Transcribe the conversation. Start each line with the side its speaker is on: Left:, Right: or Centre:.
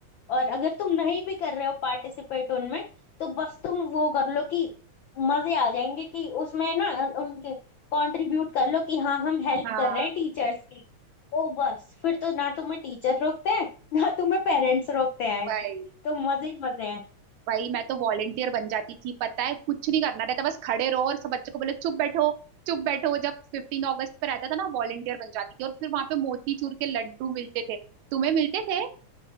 Left: और अगर तुम नहीं भी कर रहे हो पार्टिसिपेट उनमें तो बस तुम वो कर लो कि मजे आ जाएंगे कि उसमें ना उनके कंट्रीब्यूट कर लो कि हाँ हम हेल्प
Right: हाँ
Left: कर रहे हैं टीचर्स की ओ बस फिर तो ना तुम्हें टीचर रोकते हैं <laughs> ना तुम्हें पेरेंट्स रोकते हैं
Right: वही
Left: तो मजे ही मजे हैं
Right: वही मैं तो वॉलेंटियर बन जाती थी पता है कुछ नहीं करना रहता बस खड़े रहो और सब बच्चों को बोलो चुप बैठो चुप बैठो जब फिफ्टीन अगस्त पे रहता था ना वॉलेंटियर बन जाती थी और फिर वहां पे मोती चूर के लड्डू मिलते थे तुम्हें मिलते थे